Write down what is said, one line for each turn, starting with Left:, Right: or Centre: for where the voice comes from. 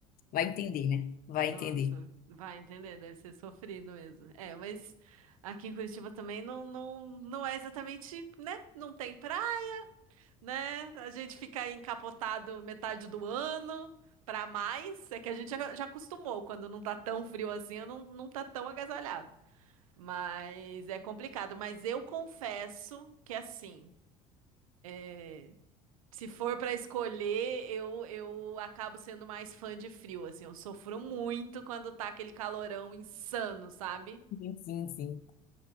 Left: Vai entender, né? Vai
Right: nossa,
Left: entender.
Right: vai entender, deve ser sofrido mesmo. É, mas aqui em Curitiba também não, não, não é exatamente, né? Não tem praia. né? A gente fica aí encapotado metade do ano pra mais. É que a gente já, já acostumou, quando não tá tão frio assim, não, não tá tão agasalhado. Mas é complicado. Mas eu confesso que assim, é, se for pra escolher, eu, eu acabo sendo mais fã de frio, assim. Eu sofro muito quando tá aquele calorão insano, sabe?
Left: Sim, sim. sim.